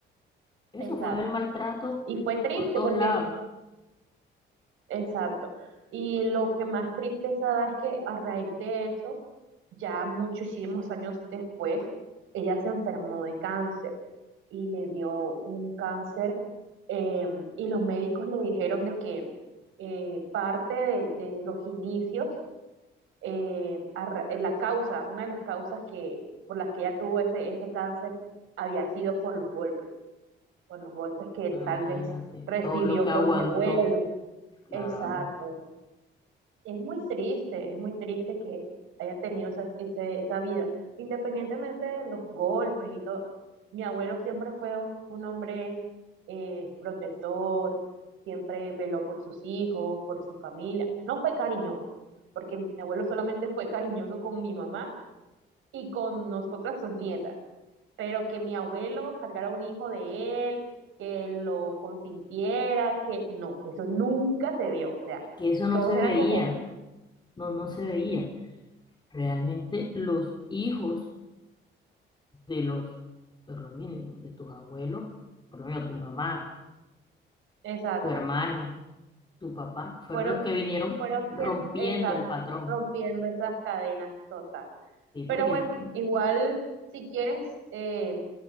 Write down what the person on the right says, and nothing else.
exacto,
y fue triste
porque,
exacto, y lo que más tristeza da es que a raíz de eso, ya muchísimos años después, ella se enfermó de cáncer y le dio un cáncer eh, y los médicos le dijeron de que eh, parte de, de, los inicios, eh, a ra- en la causa, una de las causas que, por las que ella tuvo ese, ese cáncer había sido por los golpes, por los golpes que
tal vez recibió
por
mi abuelo.
Exacto es muy triste, es muy triste que haya tenido esa, ese- esa vida. Independientemente de los golpes y todo, mi abuelo siempre fue un un hombre eh, protector, siempre veló por sus hijos, por su familia. No fue cariñoso, porque mi abuelo solamente fue cariñoso con mi mamá y con nosotras sus nietas. Pero que mi abuelo cargara un hijo de él, que lo consintiera, que no, eso nunca se vio. O sea,
todos
eran
como...
Exacto.
Fueron,
fueron quien,
exacto,
rompiendo esas cadenas total.
Pero bueno,
igual, si quieres, eh,